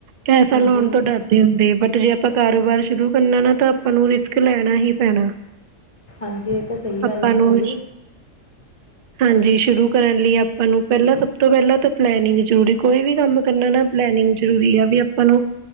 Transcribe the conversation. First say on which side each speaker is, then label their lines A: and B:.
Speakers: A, on the right; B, on the left.
A: ਪੈਸਾ
B: ਹਾਂਜੀ
A: ਲਾਉਣ ਤੋਂ ਡਰ ਹੁੰਦੇ, ਬਟ ਜੇ ਆਪਾਂ ਕਾਰੋਬਾਰ ਸ਼ੁਰੂ ਕਰਨਾ ਨਾ ਤਾਂ ਆਪਾਂ ਨੂੰ ਰਿਸਕ ਲੈਣਾ ਹੀ ਪੈਣਾ।
B: ਹਾਂਜੀ, ਇਹ ਤਾਂ ਸਹੀ
A: ਆਪਾਂ
B: ਗੱਲ ਹੈ ਜੀ
A: ਨੂੰ
B: ਤੁਹਾਡੀ।
A: ਹਾਂਜੀ। ਸ਼ੁਰੂ ਕਰਨ ਲਈ ਆਪਾਂ ਨੂੰ, ਪਹਿਲਾਂ ਸਭ ਤੋਂ ਪਹਿਲਾਂ ਤਾਂ ਪਲੈਨਿੰਗ ਜਰੂਰੀ, ਕੋਈ ਵੀ ਕੰਮ ਕਰਨਾ ਨਾ ਪਲੈਨਿੰਗ ਜਰੂਰੀ ਆ ਵੀ ਆਪਾਂ ਨੂੰ